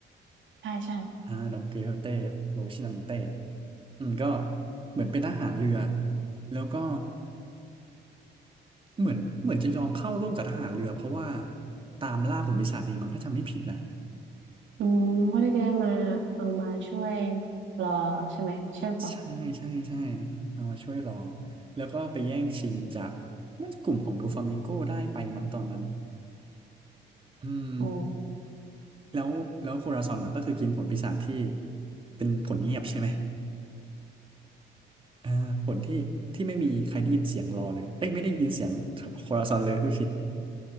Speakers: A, on the right; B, on the right.
A: ใช่ใช่
B: อ่าดองเกลเฮเต้โรชินันเต้ อืมก็เหมือนเป็นทหารเรือแล้วก็เหมือนเหมือนจะยอมเข้าร่วมกับทหารเรือเพราะว่าตามล่าผลปีศาจนี้มั้งถ้าจำไม่ผิดนะ
A: อืมเพื่อที่จะได้มาเอามาช่วยรอใช่ไหมใช่เปล่า
B: ใช่ใช่ใช่เอามาช่วยรอแล้วก็ไปแย่งชิงจากน่าจะกลุ่มของโดฟามิงโกได้ไปมั้งตอนนั้นอืม
A: อ๋อ
B: แล้วแล้วโคราซอนล่ะก็คือกินผลปีศาจที่เป็นผลเงียบใช่ไหมอ่าผลที่ที่ไม่มีใครได้ยินเสียงรอเลยเอ้ยไม่ได้ยินเสียงโคราซอนเลยพูดผิด